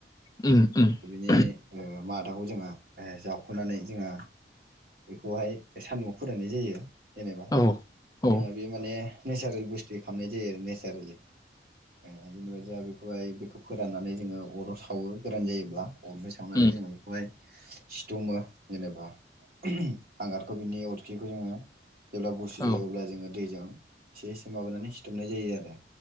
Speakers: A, on the left; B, on the right.
A: उम्म उम्म।
B: नि ओ मादाखौ <unintelligible> आ ए जावख'नानै जोंहा बेखौहाय सान्दुंआव फोराननाय जायो। जेनेबा
A: औ औ
B: जोंहा बे माने नेचारेल बुस्थुयै खालामामनाय जायो आरो नेसारेलि ओ जेनेबा जोंहा बेखौहाय बेखौ फोराननानै जोङो अराव सावो गोरान जायोब्ला। अरनिफ्राय सावनानै
A: उम
B: जोङो बेखौहाय सिथुमो जेनेबा हांगारखौ बिनि अरखिखौ जोङो जेब्ला गुसु
A: औ
B: जायो अब्ला जोङो दैजों एसे एसे माबानानै बुथुमनाय जायो आरो